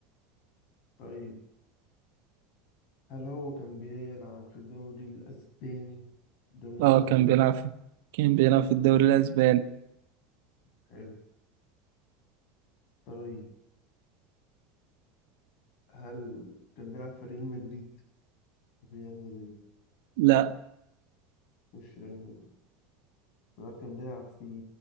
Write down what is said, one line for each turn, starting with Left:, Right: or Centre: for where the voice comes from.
Left: طيب هل هو كان بيلعب في الدوري الأسباني الدوري الأسباني
Right: اه كان بيلعب في كان بيلعب في الدوري الأسباني
Left: حلو طيب هل كان بيلعب في ريال مدريد ريال مدريد
Right: لا
Left: مش ريال مدريد طب هل كان بيلعب في